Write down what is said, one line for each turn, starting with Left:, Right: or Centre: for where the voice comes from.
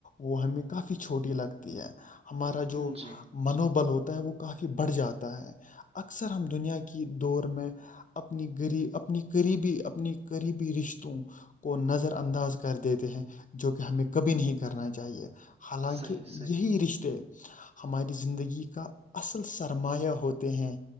Left: وہ ہمیں کافی چھوٹی لگتی ہے ہمارا جو
Right: جی
Left: منوبل ہوتا ہے وہ کافی بڑھ جاتا ہے اکثر ہم دنیا کی دور میں اپنی غریب اپنی قریبی اپنی قریبی رشتوں کو نظر انداز کر دیتے ہیں جو کہ ہمیں کبھی نہیں کرنا چاہیے حالانکہ
Right: صحیح صحیح
Left: یہی رشتے ہماری زندگی کا اصل سرمایہ ہوتے ہیں